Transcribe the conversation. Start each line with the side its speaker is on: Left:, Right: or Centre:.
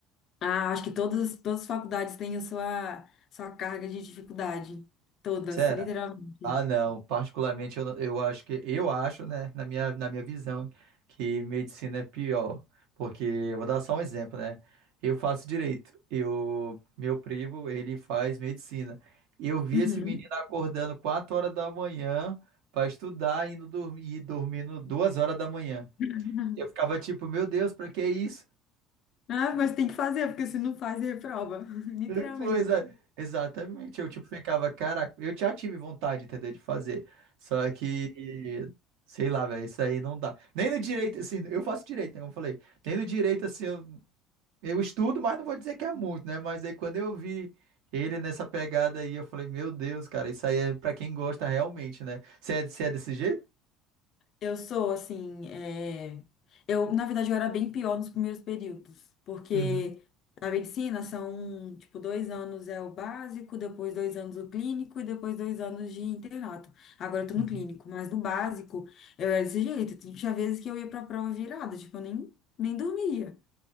Left: ah, acho que todas, todas as faculdades têm a sua, sua carga de dificuldade, todas,
Right: Será?
Left: literalmente.
Right: Ah, não. Particularmente, eu, não- eu acho que eu acho, né, na minha, na minha visão, que medicina é pior. Porque eu vou dar só um exemplo, né? Eu faço direito. Eu, meu primo, ele faz medicina. E Eu vi
Left: Uhum.
Right: esse menino acordando 4 horas da manhã para estudar, indo dormir e dormindo 2 horas da manhã.
Left: <laughs>
Right: Eu ficava tipo, meu Deus, para que isso?
Left: Ah, mas tem que fazer, porque se não faz, reprova, <laughs> literalmente.
Right: <laughs> Foi, exa- exatamente. Eu, tipo, ficava, caraca, eu já tive vontade, entendeu, de fazer. Só que, sei lá, velho, isso aí não dá. Nem no direito, assim, eu faço direito, né, como eu falei. Nem no direito, assim, eu, eu estudo, mas não vou dizer que é muito, né? Mas aí quando eu vi ele nessa pegada aí, eu falei, meu Deus, cara, isso aí é pra quem gosta realmente, né? Você é, você é desse jeito?
Left: Eu sou, assim, é, eu, na verdade, eu era bem pior nos primeiros períodos, porque
Right: Uhum,
Left: na medicina são, tipo, dois anos é o básico, depois dois anos o clínico e depois dois anos de internato. Agora eu tô
Right: uhum.
Left: no clínico, mas no básico eu era desse jeito. Tinha vezes que eu ia pra prova virada, tipo, eu nem, nem dormia,